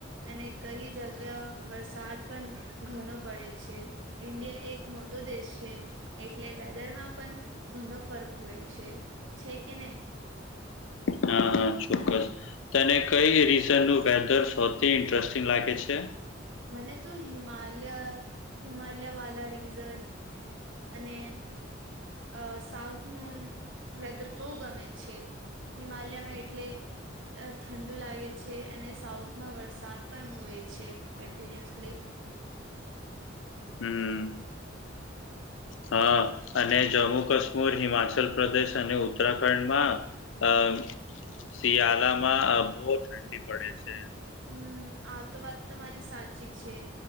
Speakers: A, on the right; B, on the left.
A: અને કઈ જગ્યા વરસાદ પણ ઘનો પડે છે ઇન્ડિયા એક મો દેશ છે એટલે વેધરમાં પણ ઘણ ફર્ક હોય છે છે કે નહી
B: હા હા ચોક્કસ તને કઈ રીઝનનું વેધર સૌથી ઇન્ટરેસ્ટિંગ લાગે છે.
A: મને તો હિમલય હિમલયા વાલા રીઝ અને અ સાઉથ નું વેધર બહુ ગમે છે હિમાલયમાં એટલે ઠંડુ લાગે છે અને સાઉથમાં વરસાદ પણ હોય છે કન્ટિન્યુઅસલી
B: હમ
A: <unintelligible>
B: હા અને જમ્મુ કશ્મીર હિમાચલ પ્રદેશ અને ઉત્તરાખંડ માં અ શિયાળામાં બહુ ઠંડી પડે છે.
A: હમ આતો વાત તમારી સાચી છે